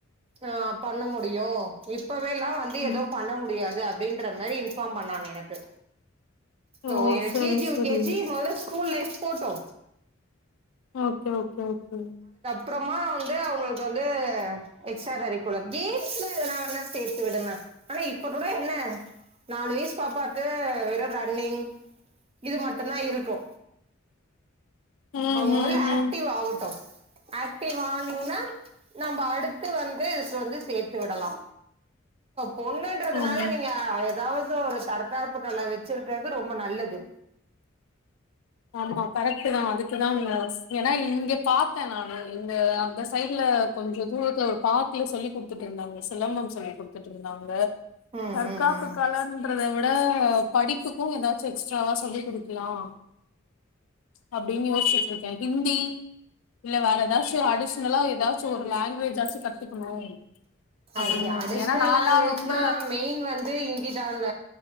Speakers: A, on the right (about 30°); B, on the left (about 85°).
A: ஆ பண்ண முடியு இப் இப்பவேலா வந்து
B: உம்
A: எதுவு பண்ண முடியாது அப் அப்டின்றமாரி இன்ஃபாம் பண்ணாங்க எனக்கு சோ
B: ஓ
A: எல்
B: சரி
A: கே ஜி யூ
B: சரி
A: கே ஜி மொதல school life photo
B: okay okay okay
A: அப்டமா வந்து அவுங்குளுக்கு வந்து எக்ஸ்ட்ரா கரிகுளர் கேம்ஸ்ல எதனா வேனா சேத்து விடுங்க ஆனா இப்பகூட என்ன நாலு வய்ஸ் பாப்பாக்கு வெறு ரன்னிங் இது மட்டுந்தா இருக்கூ
B: உம்
A: அவ மொதல
B: உம்
A: ஆக்டிவ்
B: உம்
A: ஆவுட்டு ஆக்டிவ் ஆனிங்ன்னா நம்ப அடுத்து வந்து சோ வந்து சேத்து விடலா பொண்ணுன்றதுனால
B: ஆமா
A: நீங்க ஏதாவது ஒரு தரற்காப்புக்களை வச்சிருக்கிறது ரொம்ப நல்லது
B: ஆமா கரெக்ட் தா அதுக்குதா ஏன்னா இங்க பாத்தே நானு இந்த அந்த சைடுல கொஞ்சு தூரத்துல ஒரு பார்கல சொல்லி் கொடுத்துட்டு இருந்தாங்க சிலம்பம் சொல்லி் கொடுத்துட்டு இருந்தாங்க
A: ம்
B: தர்கக்காப்பு
A: ம் ம்
B: காலேனு றதை விட படிப்புக்கும் எதாச்சும் எக்ஸ்ட்ராவா சொல்லி கொடுக்கலாம். அப்படின்னு யோசிச்சுட்டு இருக்கேன் ஹிந்தி இல்ல வேற எதாச்சும் அடிஷனலா ஏதாச்சும் ஒரு லாங்குவேஜ் ஆச்சும் கத்துக்கணும் அப்படின்னுட்டு
A: அது அடிஷ்னல்
B: ஏன்னா நாலா
A: லாங்குவேஜ்னா
B: ரொம்ப
A: மெயின் வந்து ஹிந்தி தாங்க